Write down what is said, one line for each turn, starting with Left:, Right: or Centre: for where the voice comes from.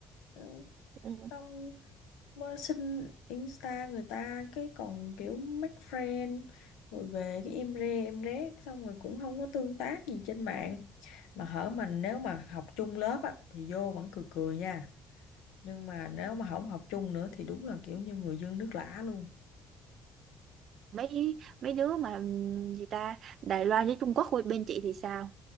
Left: Ừ,
Right: ừ.
Left: xong mới xin Insta người ta cái còn kiểu make friend rồi về cái im re em rét xong rồi cũng không có tương tác gì trên mạng mà hở mình nếu mà học chung lớp á thì vô vẫn cười cười nha nhưng mà nếu mà không học chung nữa thì đúng là kiểu như người dưng nước lã luôn
Right: mấy mấy đứa mà ừm, gì ta Đài Loan với Trung Quốc bên chị thì sao